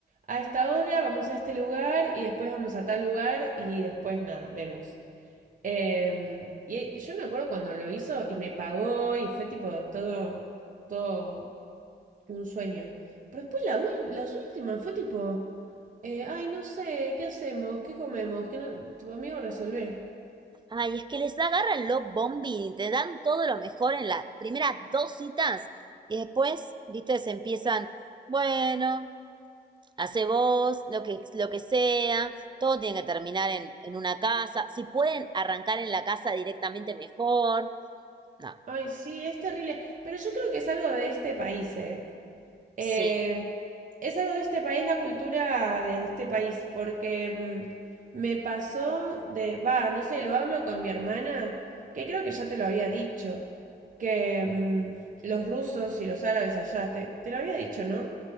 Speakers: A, on the right (about 45°); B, on the right (about 25°).
A: a esta hora vamos a este lugar y después vamos a tal lugar y después nada, vemos. Em, y yo me acuerdo cuando lo hizo y me pagó y fue tipo todo, todo un sueño. Pero después la las últimas fue tipo, eh, ay, no sé, ¿qué hacemos? ¿Qué comemos? ¿Qué no? Tu amigo resolvé.
B: Ay, es que les agarran los bombín y te dan todo lo mejor en las primeras dos citas. Y después, viste, se empiezan, bueno, hace vos, lo que, lo que sea, todo tiene que terminar en, en una casa. Si pueden arrancar en la casa directamente mejor. No,
A: Ay, sí, es terrible. Pero yo creo que es algo de este país, ¿eh? Eh,
B: sí.
A: es algo de este país, la cultura de este país, porque mm, me pasó de, va, no sé, lo hablo con mi hermana, que creo que ya te lo había dicho, que mm, los rusos y los árabes allá, te, te lo había dicho, ¿no?